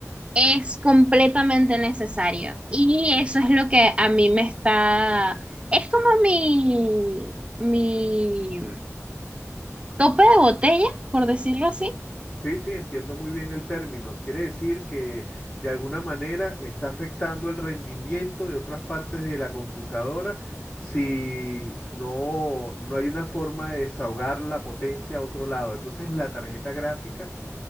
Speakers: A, on the right; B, on the left.
A: es completamente necesario. Y eso es lo que a mí me está... Es como mi, mi tope de botella, por decirlo así.
B: Sí, sí, entiendo muy bien el término. Quiere decir que de alguna manera está afectando el rendimiento de otras partes de la computadora si no, no hay una forma de desahogar la potencia a otro lado. Entonces la tarjeta gráfica,